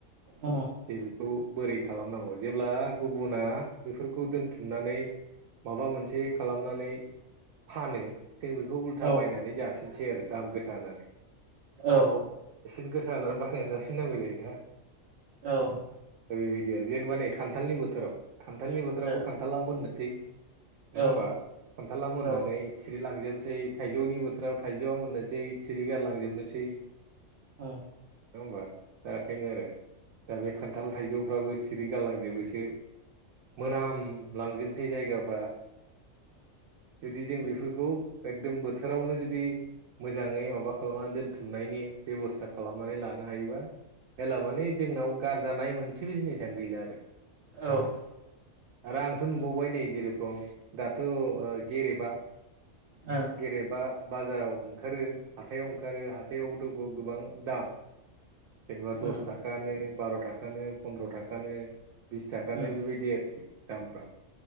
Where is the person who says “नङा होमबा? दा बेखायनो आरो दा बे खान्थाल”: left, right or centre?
Right